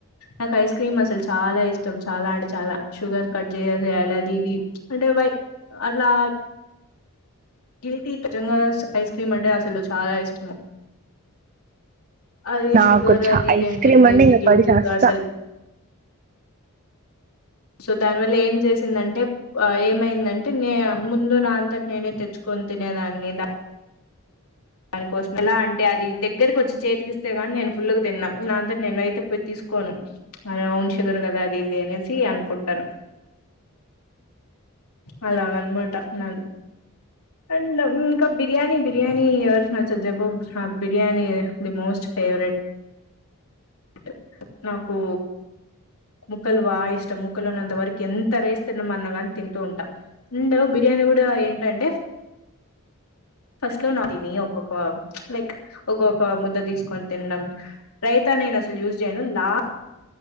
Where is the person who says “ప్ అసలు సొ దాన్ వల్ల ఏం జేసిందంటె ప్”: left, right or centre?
Left